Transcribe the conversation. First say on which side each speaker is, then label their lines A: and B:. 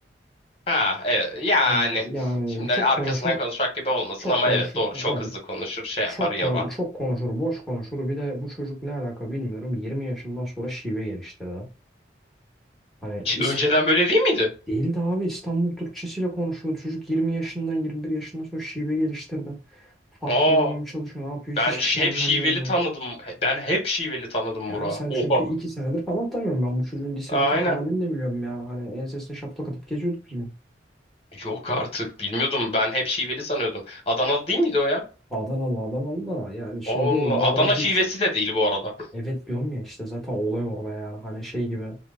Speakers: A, on the left; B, in the centre.
A: Ha evet yani
B: Hani yani
A: şimdi
B: çok
A: arkasından
B: konuşur,
A: konuşmak gibi olmasın
B: çok
A: ama
B: konuşur.
A: evet doğru
B: Abi
A: çok hızlı konuşur şey
B: çok
A: yapar yorar.
B: konu- çok konuşur, boş konuşur. Bir de bu çocuk ne alaka bilmiyorum. 20 yaşından sonra şive geliştirdi. Hani
A: C-
B: is-
A: Önceden böyle değil miydi?
B: Değildi abi İstanbul Türkçesiyle konuşuyordu. Çocuk 20 yaşından 21 yaşından sonra şive geliştirdi. Farklı
A: Aa
B: olmamaya çalışıyor. Ne yapıyor?
A: ben
B: Hiçbir
A: ş-
B: şey
A: hep
B: anlamıyorum
A: şiveli
B: ben.
A: tanıdım. He- Ben hep şiveli tanıdım
B: Ya
A: Burak'ı.
B: abi sen çünkü
A: Oha
B: 2 senedir falan tanıyorum ben bu çocuğun lisedeki
A: aynen.
B: halini de biliyorum yani. Hani ensesine şaplak atıp geziyorduk biz. bunu.
A: Yok artık bilmiyordum ben hep şiveli sanıyordum. Adanalı değil miydi o ya?
B: Adanalı Adanalı da yani şey
A: Allah
B: değil. Bu
A: Adana
B: arada hiç
A: şivesi de değil bu arada.
B: evet diyorum ya işte zaten olay orada yani. Hani şey gibi